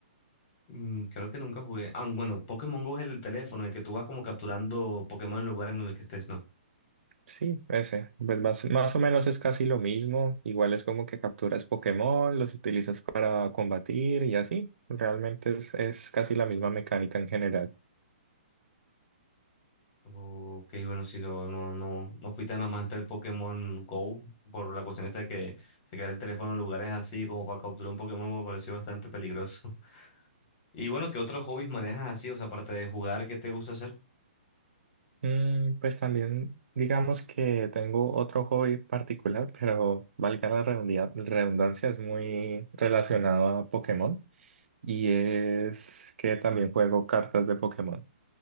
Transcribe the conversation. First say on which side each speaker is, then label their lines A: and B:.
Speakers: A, on the left; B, on the right.
A: Mm, creo que nunca jugué. Ah, bueno, Pokémon Go es el del teléfono, el que tú vas como capturando Pokémon en lugares en el que estés, ¿no?
B: Sí, ese. Pues más, más o menos es casi lo mismo. Igual es como que capturas Pokémon, los utilizas para combatir y así. Realmente es, es casi la misma mecánica en general.
A: Ok, bueno, si no, no, no, no fui tan amante del Pokémon Go por la cuestión esta de que sacar el teléfono en lugares así como para capturar un Pokémon me pareció bastante peligroso. <laughs> Y bueno, ¿qué otros hobbies manejas así? O sea, aparte de jugar, ¿qué te gusta hacer?
B: Mm, pues también digamos que tengo otro hobby particular, pero valga la redundia- redundancia, es muy relacionado a Pokémon. Y es que también juego cartas de Pokémon.